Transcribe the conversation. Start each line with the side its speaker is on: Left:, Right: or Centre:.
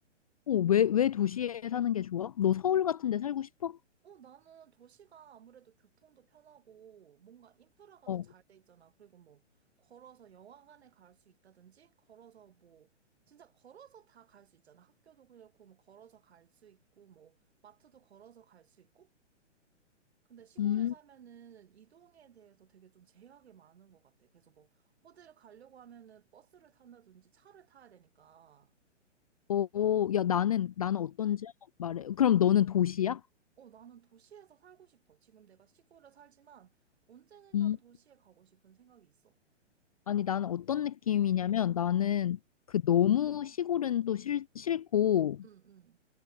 Left: 어, 왜, 왜 도시에 사는 게 좋아? 너 서울 같은 데 살고 싶어?
Right: 어, 나는 도시가 아무래도 교통도 편하고 뭔가 인프라가
Left: 어,
Right: 더 잘 돼 있잖아. 그리고 뭐 걸어서 영화관에 갈 수 있다든지 걸어서 뭐 진짜 걸어서 다 갈 수 있잖아. 학교도 그렇고 뭐 걸어서 갈 수 있고 뭐 마트도 걸어서 갈 수 있고 근데 시골에
Left: 음,
Right: 사면은 이동에 대해서 되게 좀 제약이 많은 것 같아. 그래서 뭐, 어디를 가려고 하면은 버스를 탄다든지 차를 타야 되니까.
Left: 어, 어, 야, 나는, 나는
Right: 음.
Left: 어떤지 한번 말해. 그럼 너는 도시야?
Right: 어, 나는 도시에서 살고 싶어. 지금 내가 시골에 살지만 언젠간
Left: 음,
Right: 도시에 가고 싶은 생각이 있어.
Left: 아니, 나는 어떤 느낌이냐면 나는
Right: 음.
Left: 그 너무 시골은 또 싫, 싫고
Right: 응, 응.